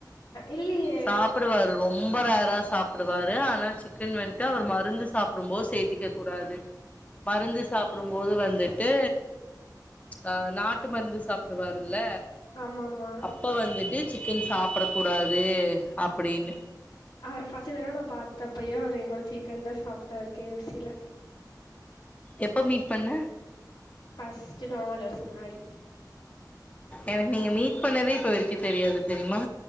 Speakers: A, on the left; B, on the left.
A: இல்லையே
B: சாப்டுவாரு ரொ ம்ப ரேரா சாப்டுவாரு ஆனா சிக்கன் வந்ட்டு அவர் மருந்து சாப்டும்போ சேத்திக்க கூடாது மருந்து சாப்டும்போது வந்துட்டு அ நாட்டு மருந்து சாப்டுவாருல்ல
A: ஆமா ஆமா
B: அப்ப வந்துட்டு சிக்கன் சாப்டக்கூடாது அப்டின்னு
A: அவர ஃபர்ஸ்ட்டு தடவ நா பாத்தப்பயோ அவரு எங்கூட சிக்கன் தா சாப்பட்டாரு கே எஃப் சி ல
B: எப்ப மீட் பண்ண
A: ஃபஸ்ட்டு நாலுவர்சோ முன்னாடி
B: எனக்கு நீங்க மீட் பன்னதே இப்ப வரைக்கு தெரியாது தெரிமா